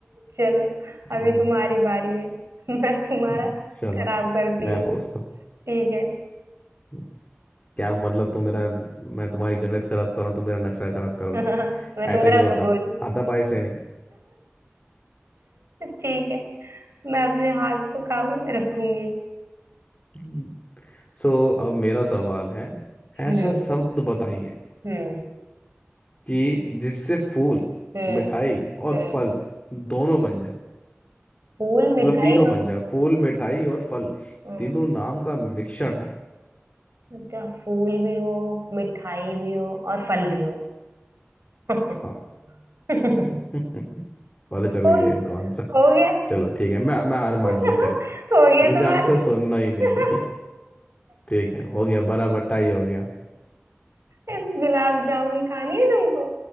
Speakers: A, on the right; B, on the left.
A: चलो
B: हम्म
A: अभी तुम्हारी बारी है मैं तुम्हारा
B: हम्म, चलो
A: खराब करती
B: मैं
A: हूँ
B: पूछता
A: ठीक है
B: हूँ क्या मतलब तुम मेरा मैं तुम्हारी गणित खराब करूँ तुम मेरा नक्शा खराब करोगे
A: <laughs> मैं तुम्हारा
B: ऐसे नहीं होता
A: भगोन
B: हाथापाई से
A: ठीक है मैं अपने हाथ को काबू में रखूंगी
B: नहीं सो अब मेरा सवाल है
A: हम्म
B: ऐसा शब्द बताइए
A: हम्म
B: कि जिससे फूल
A: हम्म
B: मिठाई और
A: हम्म
B: फल दोनों बन जाए
A: फूल मिठाई
B: मतलब तीनों बन
A: और
B: जाए फूल मिठाई और फल
A: हम्म,
B: तीनों नाम का मिश्रण हो
A: अच्छा फूल भी हो मिठाई भी हो और फल भी हो <laughs>
B: हाँ
A: हो
B: <laughs> पता चल
A: गई-
B: गया इनको आंसर
A: हो गया
B: चलो ठीक है मैं मैं
A: <laughs>
B: हार मान ली चलो
A: हो गया
B: मुझे
A: तुम्हारा
B: आंसर सुनना ही नहीं
A: <laughs>
B: है <laughs> ठीक है हो गया बड़ा बट्टा ही हो गया
A: गुलाब जामुन खानी है तुमको